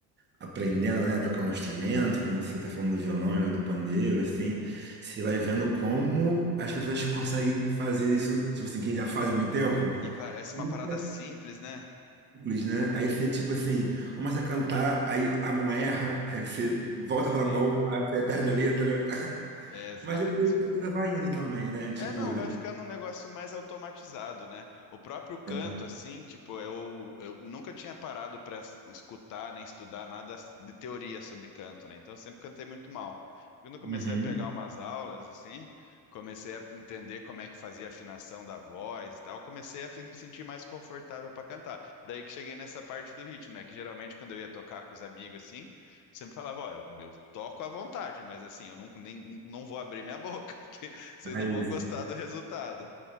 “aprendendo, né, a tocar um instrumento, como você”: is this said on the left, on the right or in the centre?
Right